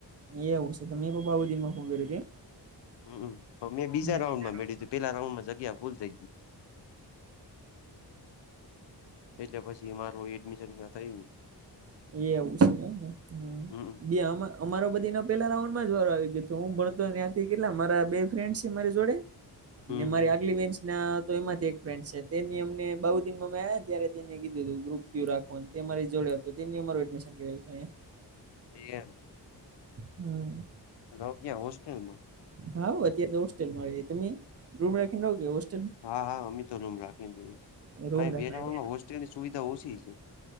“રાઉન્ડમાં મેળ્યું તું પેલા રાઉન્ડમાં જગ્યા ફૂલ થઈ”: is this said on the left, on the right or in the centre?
Left